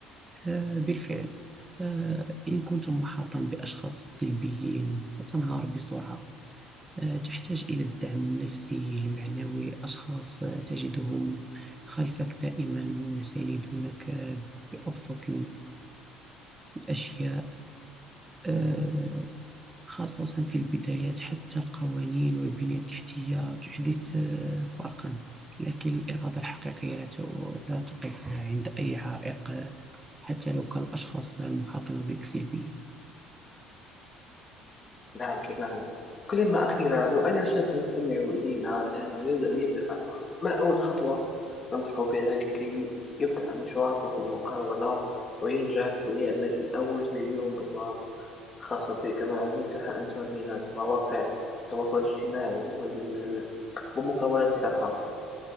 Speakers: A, on the right; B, on the left.
A: آه، بالفعل آه، إن كنت محاطا بأشخاص سلبيين ستنهار بسرعة آه، تحتاج إلى الدعم النفسي المعنوي أشخاص آه، تجدهم خلفك دائما يساندونك آه، بأبسط الأشياء آه، خاصة في البدايات حتى القوانين والبنية التحتية تحدث آه، فرقا لكن الإرادة الحقيقية لا ت- لا تقف عند أي عائق آه، حتى لو كان الأشخاص المحاطين بك سلبيين
B: نعم تماما كلمة أخيرة لو أنا شاب يستمع إلينا الآن ويريد أن يبدأ أمره ما أول خطوة أنصحه بها لكي يبدأ مشواره في المقاولة وينجح ويعمل أول مليون دولار خاصة بك كما عملتها أنت من مواقع التواصل الاجتماعي وال- ومقاولاتك الخاصة.